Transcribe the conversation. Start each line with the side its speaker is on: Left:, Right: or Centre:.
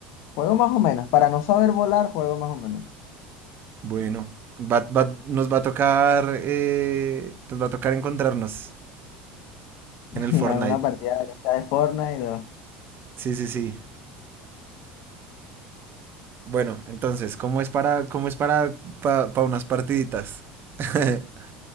Left: juego más o menos. Para no saber volar, juego más o menos.
Right: Bueno, va- va- nos va a tocar, eh, nos va a tocar encontrarnos
Left: <laughs>
Right: en el
Left: En
Right: Fortnite.
Left: alguna partida ya está de Fortnite.
Right: Sí, sí, sí. Bueno, entonces, ¿cómo es para, cómo es para, pa- pa unas partiditas? <laughs>